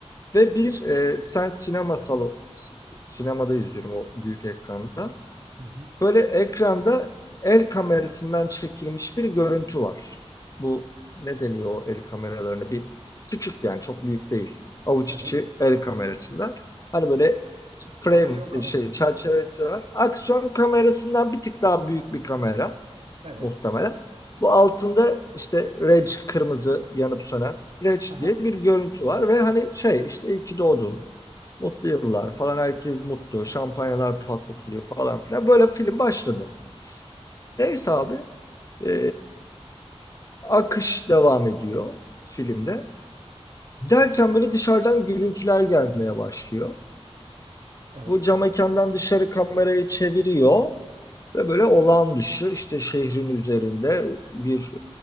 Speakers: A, on the left (about 30°); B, on the right (about 65°).
A: Ve bir e, sen sinema salonu sinemada izliyorum o büyük ekranda.
B: Hı hı.
A: Böyle ekranda el kamerasından çekilmiş bir görüntü var. Bu ne deniyor o el kameralarını? Bir küçük yani çok büyük değil. Avuç
B: Evet.
A: içi el kamerasından. Hani böyle frame
B: Aksiyon kamerası
A: şey çerçevesi
B: gibi böyle.
A: var. Aksiyon kamerasından bir tık daha büyük bir kamera
B: Evet.
A: muhtemelen. Bu altında işte Reg kırmızı yanıp sönen Reg
B: Haha.
A: diye bir görüntü var ve hani şey işte iyi ki doğdun. Mutlu yıllar falan herkes mutlu. Şampanyalar patlatılıyor falan filan. Böyle film başladı. Neyse abi e, akış devam ediyor filmde. Derken böyle dışarıdan gürültüler gelmeye başlıyor.
B: Evet.
A: Bu cam mekandan dışarı kamerayı çeviriyor ve böyle olağan dışı işte şehrin üzerinde bir